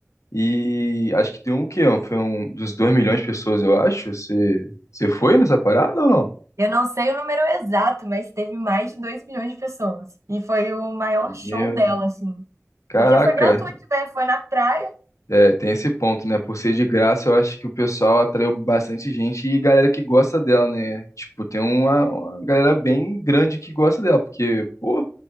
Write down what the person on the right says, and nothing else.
Eu não sei o número exato, mas teve mais de 2 milhões de pessoas. E foi o maior show
dela, assim.
Porque foi gratuito, né? Foi na praia.